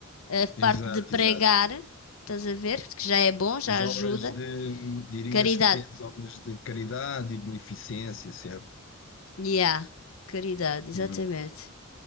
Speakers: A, on the left; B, on the left.
A: a
B: Exato,
A: parte de pregar,
B: exato.
A: estás a ver? Que já é bom, já
B: As
A: ajuda.
B: obras de, dirias
A: Caridade.
B: que é as obras de caridade e beneficência, certo?
A: Yeah, caridade, exatamente.
B: Uhum.